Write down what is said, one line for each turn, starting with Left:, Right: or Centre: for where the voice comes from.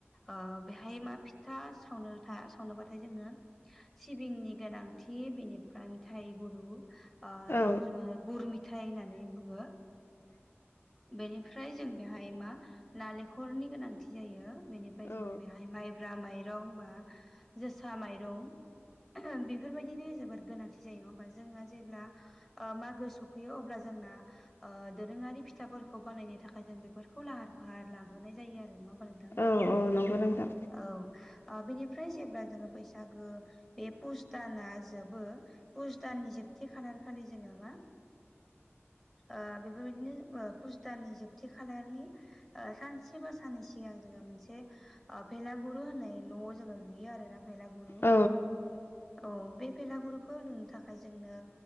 Centre: ओ बेहाय मा फिथा फिथा सावनो था सावनोबाथाय जोंनो। सिबिंनि गोनांथि बिनिफ्राय मिथाय गुरु जायखौ
Left: औ
Centre: जोङो गुर माथाय। मिथायाइ होननानै बुङो बेनिफ्राय जों बेहाय मा नालेंखरनि गोनांथि जायो बेनिफ्राय जोङो
Left: औ
Centre: बेहाय माइब्रा माइरं बा जोसा माइरं ओहोम बेफोरबायदिनो जोबोद गोनांथि जायो नङा होमबा जोङो जेब्ला ओ मागो सफैयो अब्ला जोंना ओ दोरोङारि फिथाफोरखौ बानायनो थाखाय जों बेफोरखौ लाहार फाहार लाग्रोनाय जायो आरो नङा होनब्ला नोंथां
Left: औ औ नंगौ नोंथां
Centre: औ ओ बेनिफ्राय जेब्ला जोङो बैसागो बे पुसदाना जोबो बुस दाननि जोबथि खालार खालि जोङो मा ओ बेफोरबायदिनो फुसदाननि जोबथि खालारनि सानसे बा साननै सिगां जोङो मोनसे। भेलागुरु होननाय न'आव जोङो लुयो आरोना भेलागुरु
Left: औ
Centre: औ बे बेलागुरुखौ लुनो थाखाय जोंनो।